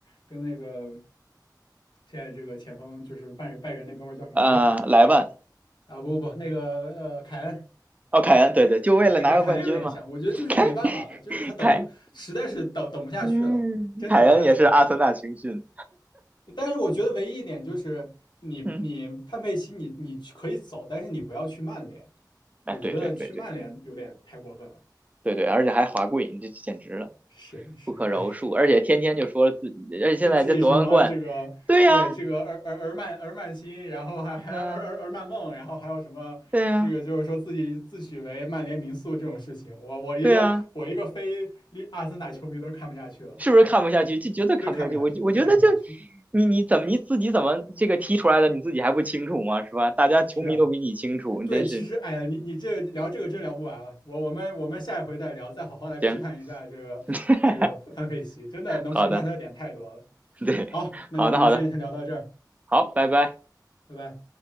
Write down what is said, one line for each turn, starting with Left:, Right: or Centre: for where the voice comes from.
Left: 跟那个现在这个前锋就是拜仁拜仁那哥们儿叫什么来着？
Right: 啊、莱万
Left: 啊，不不不，那个呃凯恩，
Right: 哦，凯恩，对对，就为了拿个冠军嘛。
Left: 对，跟凯恩有点像。我觉得就是没办法了，
Right: <laughs> 凯
Left: 就是他等不，
Right: 凯，
Left: 实在是等等不下去了，
Right: 嗯，
Left: 真等不下去了。
Right: 凯恩也是阿森纳青训，
Left: 但是我觉得唯一一点就是你，
Right: 嗯，
Left: 你范佩西你，你去可以走，但是你不要去曼联。
Right: 哎，
Left: 我觉得去曼联有点太过分了。
Right: 对对对对对对对，而且还华贵，你这简直了，
Left: 是是，
Right: 不可饶恕！
Left: 哎。
Right: 而且天天就说自己，而且现在这夺完冠，
Left: 自自己是什么这个对这个而而而曼而曼心，
Right: 对呀、
Left: 然后还还而而而曼梦，
Right: 嗯，
Left: 然后还有什么这个就是说自己自诩为曼联名宿这种事情，
Right: 对呀、
Left: 我我一个我一个非利阿森纳球迷都看不下去了，
Right: 对呀、是不是看不下去？就绝对看不下去。
Left: 真看不下去，
Right: 我我觉得就
Left: 真看不下去。
Right: 你你怎么你自己怎么这个踢出来的，你自己还不清楚吗？是吧？大家球迷都比你清楚，
Left: 是啊，
Right: 你真是
Left: 对，其实哎呀，你你这聊这个真聊不完了，我我们我们下一回再聊，再好好来批判一下这个这个范佩西，
Right: 行，<laughs>
Left: 真的能批判他的点太多了。
Right: 好的，对，
Left: 好，那我们今天先聊到这儿，
Right: 好的好的。好，拜拜。
Left: 拜拜。